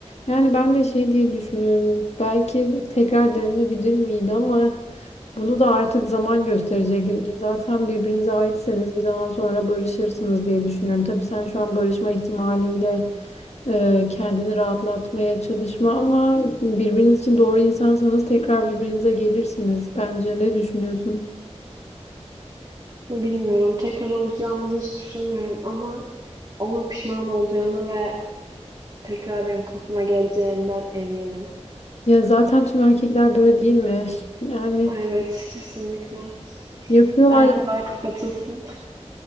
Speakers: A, on the left; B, on the right.
A: Yani ben de şey diye düşünüyorum. Belki tekrar denenebilir miydi ama Bunu da artık zaman gösterecek. Zaten birbirinize aitseniz bir zaman sonra barışırsınız diye düşünüyorum. Tabii sen şu an barışma ihtimaliyle e, kendini rahatlatmaya çalışma ama birbiriniz için doğru insansanız tekrar birbirinize gelirsiniz bence. Ne düşünüyorsun?
B: Bilmiyorum. Tekrar olacağımızı hiç düşünmüyorum ama onun pişman olacağını ve tekrar benim kapıma geleceğinden eminim.
A: Ya zaten tüm erkekler böyle değil mi? <laughs> Yani
B: Evet, kesinlikle.
A: yapıyorlar
B: Erkolar kapatılsın.